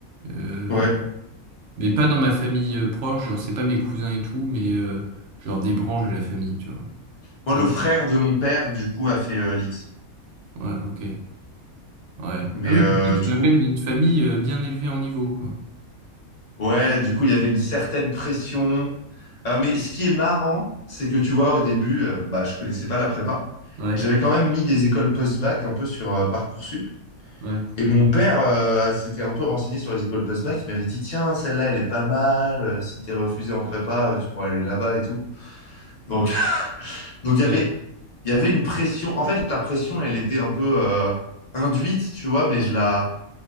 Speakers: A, on the right; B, on the left.
A: Euh,
B: ouais.
A: mais pas dans ma famille euh, proche, genre c'est pas mes cousins et tout, mais euh, genre des branches de la famille, tu vois.
B: Moi,
A: Genre,
B: le frère de mon père, du coup, a fait euh, l'X.
A: ouais, ok. Ouais.
B: Mais
A: Ah oui,
B: euh,
A: donc toi, tu
B: du
A: viens
B: coup,
A: quand même d'une famille euh, bien élevée en niveau, quoi.
B: ouais, du coup, il y avait une certaine pression. Euh, mais ce qui est marrant, c'est que tu vois, au début, euh, bah, je connaissais pas la prépa.
A: Ouais,
B: Et j'avais quand même mis des écoles post-bac un peu sur euh, Parcoursup.
A: ouais,
B: Et mon père euh, s'était un peu renseigné sur les écoles post-bac. Il m'avait dit, tiens, celle-là, elle est pas mal. Euh, Si t'es refusé en prépa, euh, tu pourrais aller là-bas et tout. Donc, <laughs> donc
A: ouais,
B: il y avait, il y avait une pression. En fait, la pression, elle était un peu euh, induite, tu vois, mais je la,